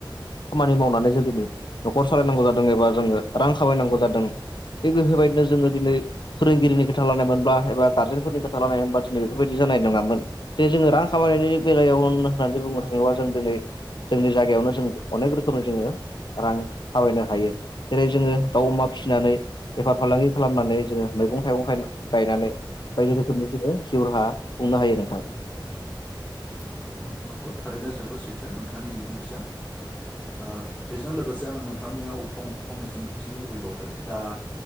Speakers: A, on the left (about 65°); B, on the left (about 15°).
A: खामानि मावनानै जों दिनै न'खर सालायनांगौ जादों एबा जोङो रां खामायनांगौ जादों थिग बेफोरबायदिनो जोङो दिनै फोरोंगिरिनि खोथा लानाय मोनबा एबा गार्जेनफोरनि खोथा लानाय मोनबा दिनै बेफोरबायदि जानाय नङामोन बे जोङो रां खामायनायनि बेलायावनो होन बुंनो थाङोबा जों दिनै जोंनि जायगायावनो जों अनेक रोखोमै जोङो रां खामायनो हायो जेरै जोङो दाउ अमा फिसिनानै बेफार फालांगि खालामनानै जोङो
B: फालांगि
A: मैगं
B: खालामनानै
A: थाइगं
B: जोंङो
A: गायनानै
B: मैगं थाइगं गाय
A: बायदि
B: गायनानै
A: रोखोमनि जोङो
B: बायदि
A: जिउ राहा
B: रोखोमननि जोंङो
A: खुंनो हायो
B: जिउ राहा
A: नोंथां
B: खुंनो हायो नोंथांखौ थारैनो जोबोद सैथो नोंथांनि बिबुंथिया ओ बेजों लोगोसे आङो नोंथांनियाव फं-फंनैसो मिथिनो लुबैबावदों दा